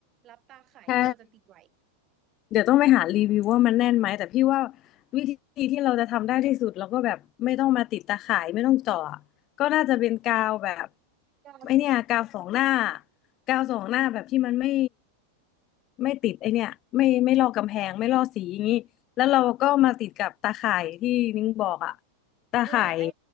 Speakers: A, on the right; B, on the left.
A: รับตาข่ายที่เราจะติดไหว้
B: ใช่ เดี๋ยวต้องไปหารีวิวว่ามันแน่นไหมแต่พี่ว่าวิธีที่เราจะทำได้ที่สุดเราก็แบบไม่ต้องมาติดตาข่ายไม่ต้องเจาะก็น่าจะเป็นกาวแบบ
A: กาติด
B: ไอเนี่ยกาวสองหน้ากาวสองหน้าแบบที่มันไม่ไม่ติดไอเนี่ยไม่ไม่ลอกกำแพงไม่ลอกสีอย่างนี้แล้วเราก็มาติดกับตาข่ายที่นิ้งบอกอะตาข่าย
A: เออไอ้